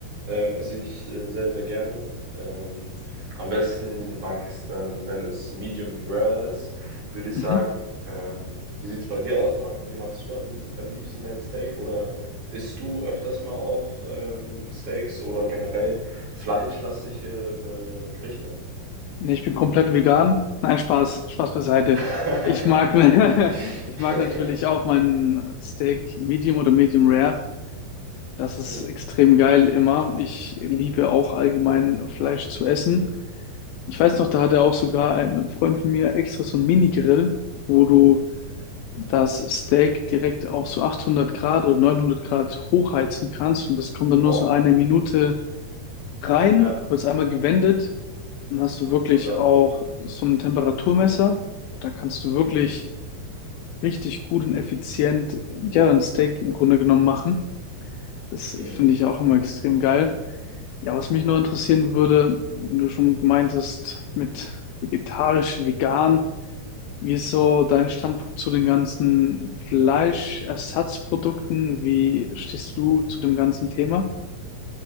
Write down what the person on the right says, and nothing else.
ähm, esse ich äh, sehr, sehr gerne. Ähm, am besten mag ich es dann, wenn es medium rare ist, würde ich
sagen. Ähm, wie sieht es bei dir aus? Mag, wie magst du am, am liebsten dein Steak? Oder isst du öfters mal auch ähm, Steaks oder generell fleischlastige äh, Gerichte?
<laughs>
Mhm.
Boah,
ja.
Und dann.
Mhm.
Mhm.